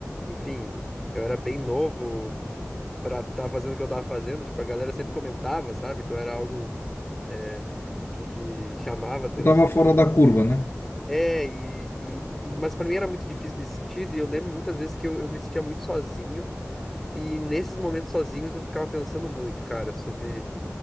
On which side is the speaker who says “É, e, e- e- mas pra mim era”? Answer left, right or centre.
Centre